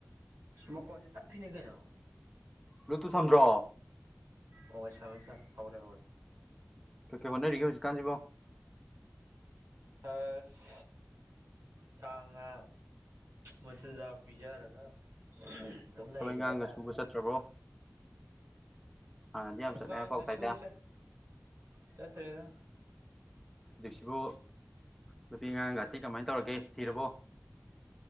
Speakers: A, on the right; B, in the centre.
A: ꯃꯈꯣꯟꯁꯦ ꯇꯞꯄꯤꯅꯦ ꯀꯩꯅꯣ
B: ꯕ꯭ꯂꯨꯇꯨꯠ ꯁꯝꯗ꯭ꯔꯣ
A: ꯑꯣ ꯁꯝꯃꯦ ꯁꯝꯃꯦ ꯍꯧꯔꯦ ꯍꯧꯔꯦ
B: ꯀꯩ ꯀꯩ ꯍꯣꯠꯅꯔꯤꯒꯦ ꯍꯧꯖꯤꯛꯀꯥꯟꯁꯤꯕꯣ
A: ꯑꯁ ꯁꯥ ꯉꯥ ꯃꯆꯤꯟꯖꯥꯛ ꯄꯤꯖꯔꯒ ꯑꯗꯨꯝ ꯂꯩꯔꯤ
B: ꯊꯕꯛ ꯏꯪꯈꯥꯡꯒ
A: ꯍꯥꯏꯇꯥꯔꯦ
B: ꯁꯨꯕ ꯆꯠꯇ꯭ꯔꯕꯣ ꯍꯥꯟꯅꯗꯤ ꯌꯥꯝ ꯆꯠꯂꯦ
A: ꯋꯥꯒꯁꯨ
B: ꯍꯥꯏ ꯄꯥꯎ ꯇꯥꯏꯗ
A: ꯁꯨꯕ ꯆꯠꯇ꯭ꯔꯦꯗ
B: ꯍꯧꯖꯤꯛꯁꯤꯕꯨ ꯅꯨꯄꯤ ꯑꯉꯥꯡꯒ ꯅꯨꯄꯤ ꯀꯃꯥꯏ ꯇꯧꯔꯒꯦ ꯊꯤꯔꯕꯣ